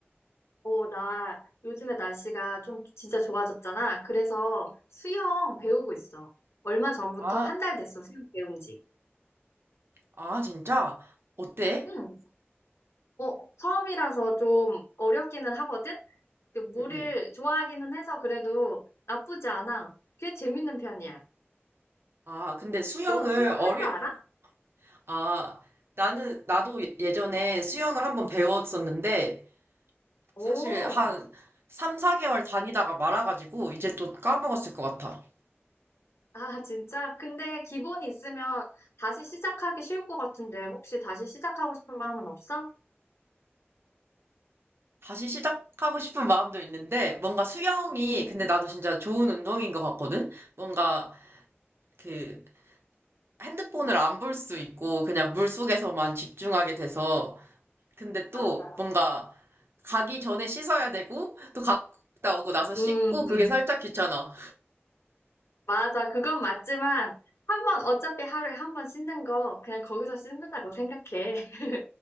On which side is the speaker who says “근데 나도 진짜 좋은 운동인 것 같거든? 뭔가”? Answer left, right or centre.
Right